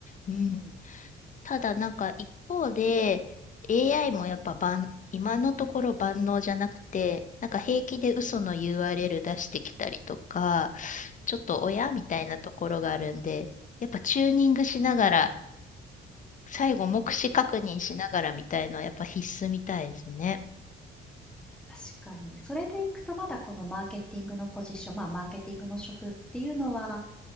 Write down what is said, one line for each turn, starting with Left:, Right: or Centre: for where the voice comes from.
Left: うん。ただ、なんか一方で、AI もやっぱ万、今のところ万能じゃなくて、なんか平気で嘘の URL 出してきたりとか、ちょっと親みたいなところがあるんで、やっぱチューニングしながら最後、目視確認しながらみたいのはやっぱ必須みたいですね。
Centre: 確かに。それでいくと、まだこのマーケティングのポジション、まあ、マーケティングの職っていうのは、